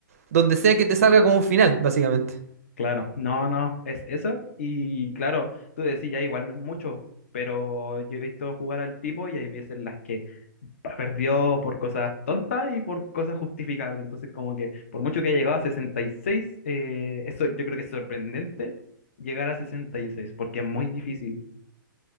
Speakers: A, on the right (about 45°); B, on the left (about 40°).
A: donde sea que te salga como un final, básicamente.
B: claro, no, no, es eso, y claro, tú decís, ya igual no es mucho, pero yo he visto jugar al tipo y hay veces en las que perdió por cosas tontas y por cosas justificables. Entonces, como que por mucho que haya llegado a 66, eh, eso yo creo que es sorprendente llegar a 66 porque es muy difícil.